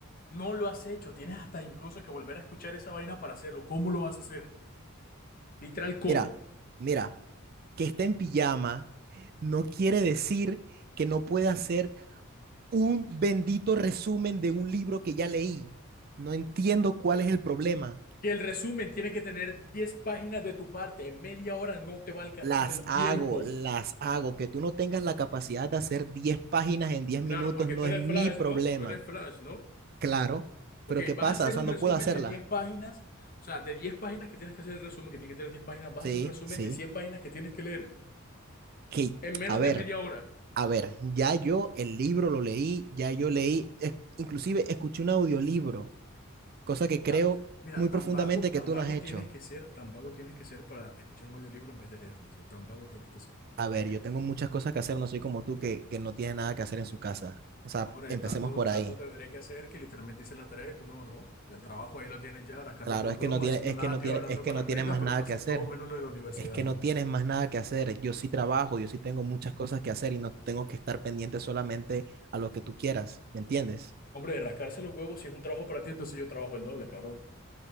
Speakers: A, on the left; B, on the right.
A: No lo has hecho, tienes hasta incluso que volver a escuchar esa vaina para hacerlo. ¿Cómo lo vas a hacer? Literal, ¿cómo?
B: Mira, mira, que esté en pijama no quiere decir que no pueda hacer un bendito resumen de un libro que ya leí. No entiendo cuál es el problema.
A: Que el resumen tiene que tener 10 páginas de tu parte, en media hora no te va a alcanzar
B: Las
A: el
B: hago,
A: tiempo.
B: las hago. Que tú no tengas la capacidad de hacer 10 páginas en 10 minutos
A: Claro, porque
B: no
A: tú eres
B: es mi
A: Flash,
B: problema,
A: ¿no? Tú eres Flash, ¿no?
B: claro.
A: Ok,
B: Pero ¿qué
A: vas
B: pasa?
A: a hacer
B: O sea,
A: un
B: no
A: resumen
B: puedo hacerla.
A: de 10 páginas, o sea, de 10 páginas que tienes que hacer el resumen, que tiene que tener diez páginas, vas
B: Sí,
A: a hacer un resumen
B: sí.
A: de 100 páginas que tienes que leer
B: Que,
A: en menos
B: a ver,
A: de media hora.
B: a ver, ya yo el libro lo leí, ya yo leí, es- inclusive escuché un audiolibro, cosa que creo
A: Ya, mira,
B: muy
A: tan
B: profundamente
A: vago, tan
B: que tú
A: vago
B: no has hecho.
A: tienes que ser, tan vago tienes que ser para escuchar un audiolibro en vez de leerlo, tío. Tan vago tienes que ser.
B: A ver,
A: Venga.
B: yo tengo muchas cosas que hacer, no soy como tú que, que no tiene nada que hacer en su casa. O sea,
A: Hombre,
B: empecemos
A: tanto,
B: por
A: tanto
B: ahí.
A: tendré que hacer que literalmente hice la tarea y tú no, ¿no? El trabajo ahí lo tienes ya, rascándote
B: Claro,
A: los
B: es
A: huevos,
B: que no tiene,
A: haciendo
B: es
A: nada,
B: que no
A: tío,
B: tiene,
A: hablando
B: es que
A: con la
B: no
A: hembrita,
B: tiene más
A: pero
B: nada
A: no haces
B: que hacer.
A: todo menos lo de la universidad,
B: es que
A: ¿no?
B: no tienes más nada que hacer. Yo sí trabajo, yo sí tengo muchas cosas que hacer y no tengo que estar pendiente solamente a lo que tú quieras, ¿me entiendes?
A: Hombre, rascarse los huevos si es un trabajo para ti, entonces yo trabajo el doble, cabrón.